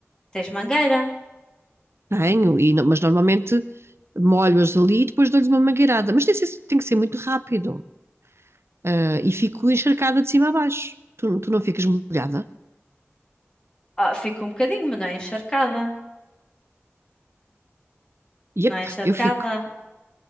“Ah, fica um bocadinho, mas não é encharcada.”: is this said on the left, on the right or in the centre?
Left